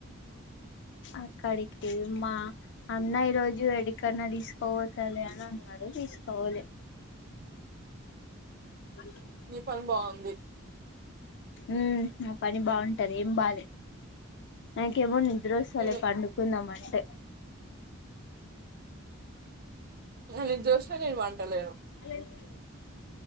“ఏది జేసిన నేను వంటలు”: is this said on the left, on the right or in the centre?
Right